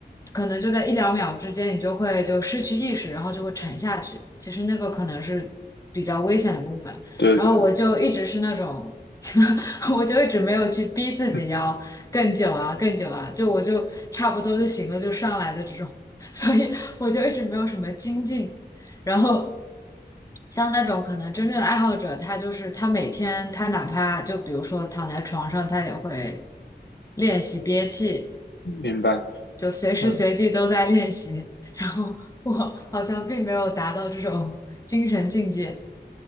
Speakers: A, on the left (about 20°); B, on the left (about 80°).
A: 可能就在一两秒之间，你就会就失去意识，然后就会沉下去。其实那个可能是比较危险的部分。
B: 对对，
A: 然后我就一直是那种，<laughs> 我就一直没有去逼自己要更久啊，
B: 嗯，
A: 更久啊，就我就差不多就行了，就上来的这种，<laughs> 所以我就一直没有什么精进。然后像那种可能真正的爱好者，他就是他每天他哪怕就比如说躺在床上，他也会练习憋气，
B: 明白。
A: 就随时随地都在练习。
B: 嗯，
A: <laughs> 然后我好像并没有达到这种精神境界。